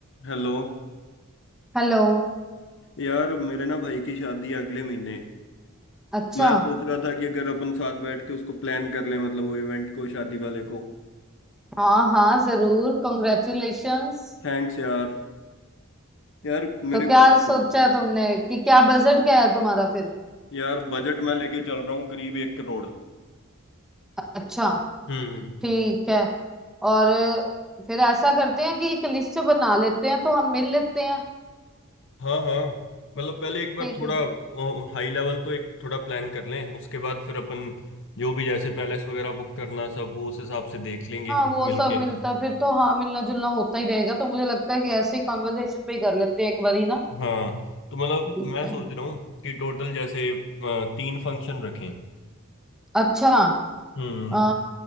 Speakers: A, on the left; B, in the centre.
A: हेलो
B: Hello
A: यार मेरे ना भाई की शादी है अगले महीने
B: अच्छा
A: मैं सोच रहा था कि अगर अपन साथ बैठ के उसको प्लान कर लें मतलब वो इवेंट को शादी वाले को
B: हाँ हाँ जरूर कॉन्ग्रेचुलेशंस
A: थैंक्स यार यार
B: तो
A: मेरी
B: क्या
A: बात सुनो
B: सोचा है तुमने कि क्या बजट क्या है तुम्हारा फिर
A: यार बजट मैं लेके चल रहा हूँ करीब एक करोड़
B: अच्छा
A: हम्म
B: ठीक है और फिर ऐसा करते हैं कि एक लिस्ट बना लेते हैं तो हम मिल लेते हैं
A: हाँ हाँ मतलब पहले एक बार
B: ठीक
A: थोड़ा
B: है
A: हाई लेवल तो एक थोड़ा प्लान कर लें उसके बाद फिर अपन जो भी जैसे पैलेस वगैरह बुक करना सब वो उस हिसाब से देख लेंगे
B: हाँ वो
A: मिलके
B: सब मिलता फिर तो हाँ मिलना जुलना होता ही रहेगा तो मुझे लगता है कि ऐसे ही कॉन्वर्जेशन पे ही कर लेते हैं एक बार ही ना
A: हाँ तो मतलब
B: देखते
A: मैं सोच
B: हैं।
A: रहा हूँ कि टोटल जैसे अ, तीन फंक्शन रखें
B: अच्छा
A: हम्म
B: आ